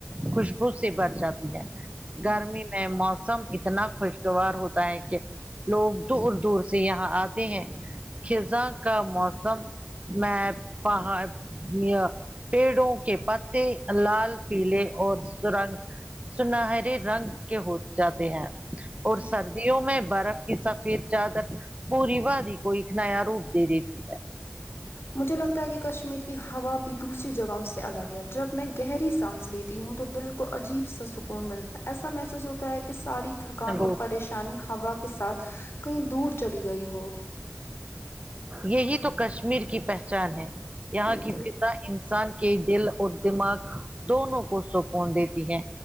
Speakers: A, on the right; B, on the left.
A: خوشبو سے بھر جاتی ہے
B: ہ
A: گرمی میں موسم اتنا خوشگوار ہوتا ہے کہ لوگ دور دور سے یہاں آتے ہیں خزاں کا موسم میں پہاڑ یا پیڑوں کے پتے لال پیلے اور سرنگ سنہرے رنگ کے ہو جاتے ہیں اور
B: جی
A: سردیوں میں برف کی سفید زیادہ پوری وادی کو ایک نیا روپ دے دیتی
B: مجھے لگتا ہے کہ کشمیر کی ہوا بھی دوسری جگہوں سے الگ ہے جب میں گہری سانس لیتی ہوں تو دل کو عجیب سا سکون ملتا ہے ایسا محسوس ہوتا ہے کہ ساری تھکان
A: ہے
B: اور پریشانی ہوا کے ساتھ کہیں دور چلی گئی ہو
A: یہی تو کشمیر کی پہچان ہے یہاں
B: بالکل
A: کی فض انسان کے دل اور دماغ دونوں کو سکون دیتی ہے